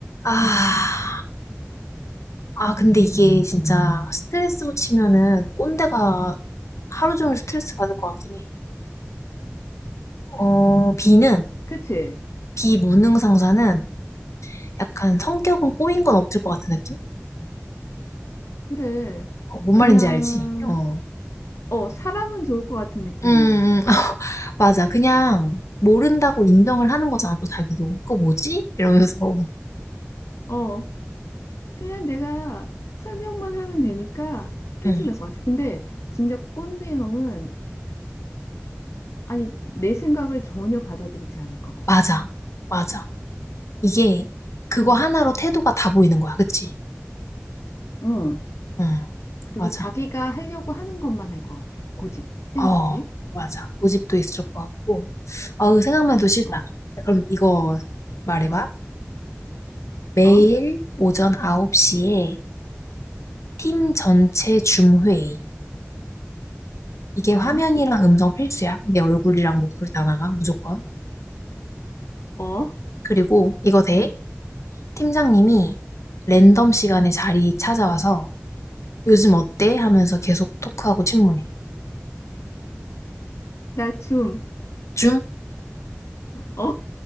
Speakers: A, on the left; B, on the left.
A: 아, 아, 근데 이게 진짜 스트레스로 치면은 꼰대가 하루 종일 스트레스 받을 것 같긴 해. 어, 비는,
B: 그치?
A: 비무능 상사는
B: 어,
A: 약간 성격은 꼬인 건 없을 것 같은 느낌?
B: 그래.
A: 어, 뭔
B: 그냥,
A: 말인지 알지? 어.
B: 어, 사람은 좋을 것 같은 느낌이야.
A: 음, <laughs> 맞아. 그냥 모른다고 인정을 하는 거잖아, 또 자기도. 그거 뭐지? 이러면서.
B: 어, 그냥 내가 설명만 하면 되니까 괜찮을
A: 응,
B: 것 같아. 근데 진짜 꼰대 형은, 아니, 내 생각을 전혀 받아들이지 않을 것 같아.
A: 맞아. 맞아. 이게 그거
B: 어,
A: 하나로 태도가 다 보이는 거야. 그치?
B: 응.
A: 응,
B: 그리고
A: 맞아.
B: 자기가 하려고 하는 것만 할 것 같아. 고집 센
A: 어,
B: 거지?
A: 맞아. 고집도 있을 것 같고. 어우, 생각만 해도 싫다.
B: 어,
A: 야, 그럼 이거 말해봐. 매일
B: 어,
A: 오전 9시에 팀 전체 줌회의. 이게 화면이랑
B: 어,
A: 음성 필수야. 내 얼굴이랑 목소리 다 나가, 무조건.
B: 어,
A: 그리고 이거 돼. 팀장님이 랜덤 시간에 자리 찾아와서 요즘 어때? 하면서 계속 토크하고 질문해.
B: 나 춤.
A: 줌?
B: 어,